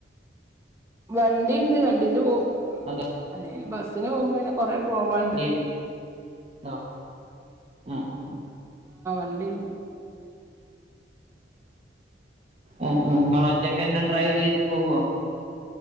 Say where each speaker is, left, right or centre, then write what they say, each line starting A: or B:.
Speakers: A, on the right; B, on the right.
A: വണ്ടിയുണ്ട് വണ്ടിയില് പോവും ഉ
B: അതോ
A: അല്ലന് ബസ്സിന് പോകുമ്പോനെ കൊറെ പോവാണ്ട്
B: വണ്ടി ണ്ടോ ആഹ് ആഹ്
A: എൻഡി
B: അ അ നിങ്ങൾ ഒറ്റക്ക് തന്നെ ഡ്രൈവ് ചെയ്ത് പോവോ